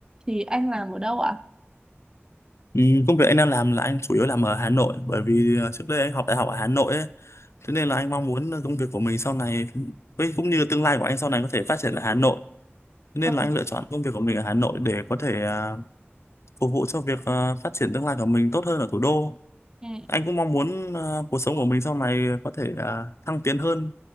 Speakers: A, on the right; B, on the left.
A: thì anh làm ở đâu ạ?
B: Ừ, công việc anh đang làm là anh chủ yếu làm ở Hà Nội bởi vì ờ, trước đây anh học đại học ở Hà Nội ấy, thế nên là anh mong muốn ờ, công việc của mình sau này với cũng như tương lai của anh sau này có thể phát triển ở Hà Nội thế nên
A: Ờ.
B: là anh lựa chọn công việc của mình ở Hà Nội để có thể ờ, phục vụ cho việc ờ, phát triển tương lai của mình tốt hơn ở thủ đô
A: Ừ.
B: anh cũng mong muốn ờ, cuộc sống của mình sau này có thể ờ, thăng tiến hơn